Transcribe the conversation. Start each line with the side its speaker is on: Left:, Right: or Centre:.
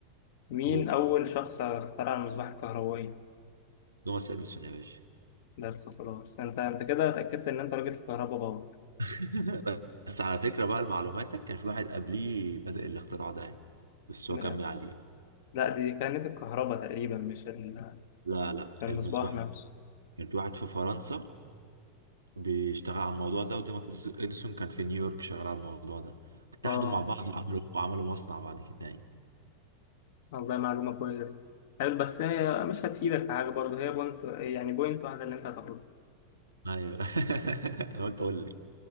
Left: مين
Right: قول
Left: أول شخص اخترع المصباح الكهربائي
Right: توماس اديسون يا باشا
Left: بس خلاص انت انت كده اتأكدت ان انت راجل في كهرباء
Right: <laughs> بس على فكرة بقى لمعلوماتك كان في واحد قبليه بدأ الاختراع ده يعني بس
Left: باور
Right: هو كمل عليه
Left: لا دي كانت الكهرباء تقريبا مش ال-
Right: لا لا
Left: مش المصباح
Right: المصباح
Left: نفسه
Right: كان في واحد في فرنسا بيشتغل على الموضوع ده وتوماس اديسون كان في نيويورك شغال على الموضوع ده اتحدوا
Left: اه
Right: مع بعض وعملوا وعملوا مصنع بعد كده يعني
Left: والله معلومة كويسة حلو، بس هي مش هتفيدك في حاجة برضه هي بوينت يعني بوينت واحدة اللي انت هتاخدها
Right: ايوه <laughs> انا قلت اقول لك